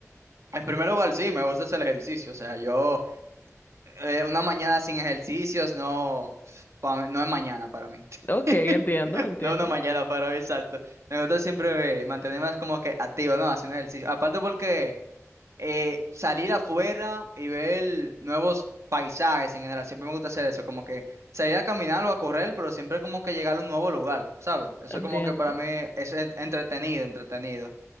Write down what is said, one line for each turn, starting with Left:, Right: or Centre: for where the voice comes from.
Right: en primer lugar, sí, me gusta hacer ejercicio, o sea, yo eh, una mañana sin ejercicios no, pa- no es mañana para mí,
Left: Ok, entiendo,
Right: <laughs>
Left: entiendo,
Right: no es una mañana para mí, exacto. Me gusta siempre eh, mantenerme como que activo, ¿no? Haciendo ejercicio. Aparte porque... eh, salir afuera y ver nuevos paisajes en general. Siempre me gusta hacer eso, como que salir a caminar o a correr, pero siempre como que llegar a un nuevo lugar, ¿sabes? Eso
Left: entiendo.
Right: como que para mí es en- entretenido, entretenido.